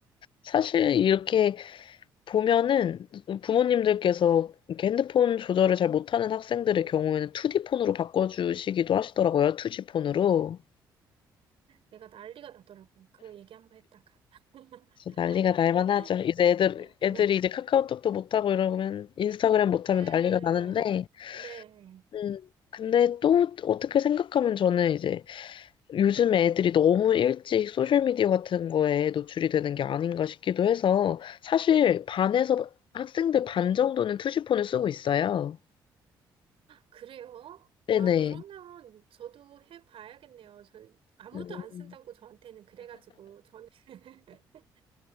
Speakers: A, on the left; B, on the right.
A: 사실 이렇게 보면은 부모님들께서 이렇게 핸드폰 조절을 잘 못하는 학생들의 경우에는 2D폰으로 바꿔주시기도 하시더라고요. 2G폰으로.
B: 내가 난리가 나더라고요. 그거 얘기 한번 했다가. <laughs>
A: 난리가 날만 하죠. 이제 애들, 애들이
B: 네.
A: 이제 카카오톡도 못하고 이러면 인스타그램 못하면
B: 네.
A: 난리가 나는데
B: 네.
A: 음, 근데 또 어떻게 생각하면 저는 이제 요즘에 애들이 너무 일찍 소셜미디어 같은 거에 노출이 되는 게 아닌가 싶기도 해서 사실 반에서 학생들 반 정도는 투지폰을 쓰고 있어요.
B: 그래요?
A: 네네.
B: 아, 그러면 저도 해봐야겠네요. 저 아무도
A: 음,
B: 안 쓴다고 저한테는 그래가지고 저는 <laughs>